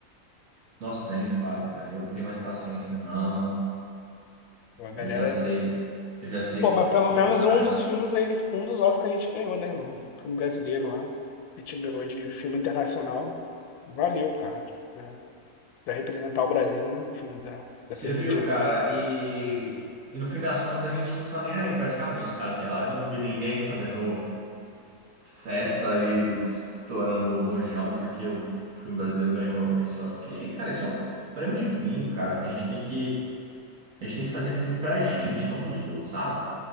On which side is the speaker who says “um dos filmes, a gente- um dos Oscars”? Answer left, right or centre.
Left